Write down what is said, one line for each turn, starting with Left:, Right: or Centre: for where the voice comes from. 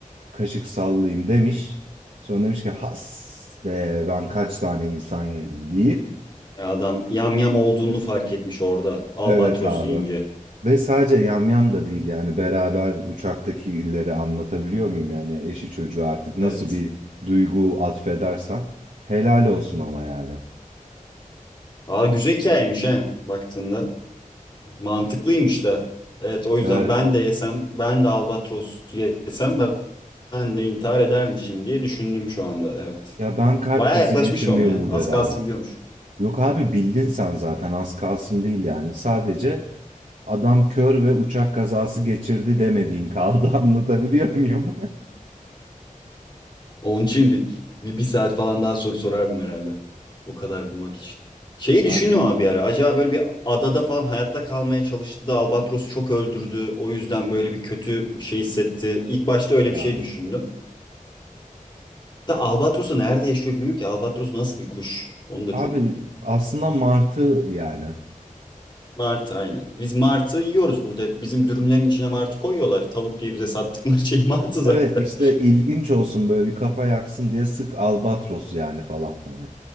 Right: kaşık sallayayım demiş. Sonra demiş ki has be ben kaç tane insan yedim deyip
Left: E, Adam yamyam olduğunu fark etmiş orada albatros
Right: evet abi.
Left: yiyince.
Right: Ve sadece yamyam da değil yani beraber uçaktakileri anlatabiliyor muyum yani eşi çocuğu artık nasıl
Left: Evet.
Right: bir duygu atfedersen helal olsun ama yani.
Left: Aa güzel hikayeymiş he baktığında. Mantıklıymış da. Evet o yüzden
Right: Evet.
Left: ben de yesem, ben de albatros yesem ben ben de intihar edermişim diye düşündüm şu anda. Evet.
Right: Ya ben kalp
Left: Baya
Right: krizi
Left: yaklaşmışım
Right: geçirmeyi
Left: ama ya.
Right: umut
Left: Az
Right: ederdim.
Left: kalsın biliyormuşum.
Right: Yok abi bildin sen zaten az kalsın değil yani. Sadece adam kör ve uçak kazası geçirdi demediğin kaldı <laughs> anlatabiliyor muyum?
Left: Onun için bir, bir, bir saat falan daha soru sorardım herhalde. O kadar bulmak için. Şeyi
Right: Abi
Left: düşündüm ama bir ara. Acaba böyle bir adada falan hayatta kalmaya çalıştı da albatros çok öldürdü. O yüzden böyle bir kötü bir şey hissetti. İlk başta öyle
Right: ya.
Left: bir şey düşündüm. Da Albatros'u nerede yaşıyor bilmiyorum ki. Albatros nasıl bir kuş? Onu da
Right: Abi
Left: çok.
Right: aslında martı yani.
Left: Martı aynen. Biz martı yiyoruz burada. Hep bizim dürümlerin içine martı koyuyorlar. Tavuk diye bize sattıkları şey martı zaten.
Right: Evet işte ilginç olsun böyle bir kafa yaksın diye sık albatros yani falan hani.